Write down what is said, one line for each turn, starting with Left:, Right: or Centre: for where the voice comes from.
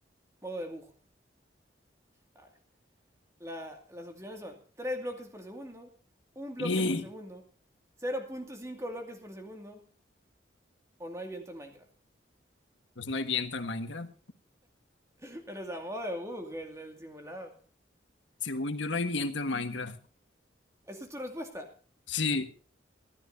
Right: Modo de bujo. A ver, la- las opciones son 3 bloques por segundo, un bloque
Left: ¡Y!
Right: por segundo, cero punto cinco bloques por segundo o no hay viento en Minecraft.
Left: Pues no hay viento en Minecraft.
Right: <laughs> Pero, o sea, modo de bug, el, el simulado.
Left: Según yo no hay viento en Minecraft.
Right: ¿Esa es tu respuesta?
Left: Sí,